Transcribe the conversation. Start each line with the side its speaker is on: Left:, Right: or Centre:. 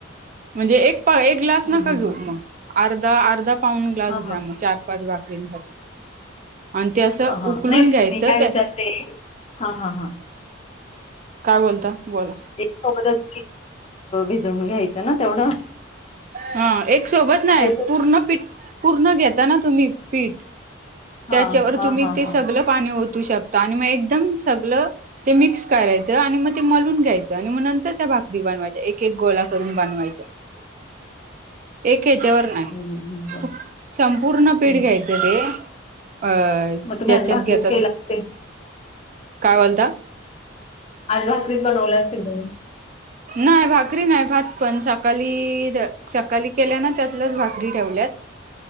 Right: म्हणजे एक पाएक. ग्लास
Left: हं,
Right: नका
Left: हं,
Right: घेऊ मग
Left: हं.
Right: अर्धा अर्धा पाऊंड ग्लास
Left: हां,
Right: घ्या
Left: हां.
Right: मग चार पाच भाकरींच. आणि ते असं
Left: हां, हां.
Right: उकलून
Left: नाही
Right: घ्यायचं
Left: मी काय
Right: ते.
Left: विचारते हां, हां, हां.
Right: काय बोलता बोला.
Left: एकच सोबत भि जू न यायचं ना तेवढं.
Right: हा एक सोबत नाही
Left: एक
Right: पूर्ण पीठ पूर्ण घेता ना तुम्ही पीठ.
Left: हां,
Right: त्याच्यावर
Left: हां,
Right: तुम्ही
Left: हां,
Right: ते
Left: हां.
Right: सगळ पाणी ओतू शकता, आणि मग एकदम सगळ. ते मिक्स करायचं आणि मग ते मलून घ्यायचं आणि मग नंतर भाकरी बनवायच्या एक एक गोला करून बनवायच्या.
Left: ते
Right: एक हच्यावर ना ही
Left: हं, हं. बरं.
Right: संपूर्ण पीठ
Left: हं,
Right: घ्यायचं
Left: हं.
Right: ते. अ
Left: मग तुम्ही
Right: ज्याच्यात
Left: आज भाकरीच
Right: घेतात,
Left: केल्या असतील?
Right: काय बोलता.
Left: आजभकरीत बनवल्या असेल दोन
Right: नाही भाकरी नाही भात पण सकाळी सकाळी केल्या ना त्यातलंच भाकरी ठेवल्यात.